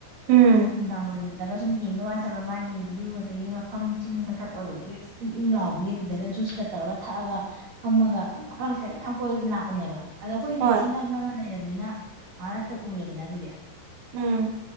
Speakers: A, on the right (about 85°); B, on the right (about 60°).
A: ꯎꯝ
B: ꯅꯨꯝꯗꯥꯡ ꯋꯥꯏꯔꯝꯗꯒ ꯁꯨꯝ ꯌꯦꯡꯕ ꯋꯥꯥ ꯟꯠꯕ ꯃꯥꯒꯤ ꯚ꯭ꯌꯨ ꯑꯗꯒꯤ ꯃꯐꯝ ꯆꯤꯡ ꯃꯊꯛ ꯑꯣꯏꯕꯒꯤ ꯏꯪ ꯏꯪ ꯂꯥꯎꯕꯒꯤ ꯑꯗꯨꯗꯒ ꯖꯨꯁꯀ ꯇꯧꯔꯒ ꯊꯛꯑꯒ ꯍꯃꯒ ꯄꯈꯥꯡ ꯂꯩꯁꯕꯤ ꯃꯌꯥꯝ ꯀꯣꯏꯕ ꯂꯥꯛꯄꯥꯅꯦꯟ ꯑꯗꯣ ꯑꯩꯈꯣꯏꯁꯤꯗꯤ
A: ꯍꯣꯏ
B: ꯏꯅꯛ ꯅꯛ ꯂꯩꯔꯝꯃꯤꯅ ꯑꯥꯇꯥ ꯎꯔꯦꯗꯅ ꯑꯗꯨꯗꯤ
A: ꯎꯝ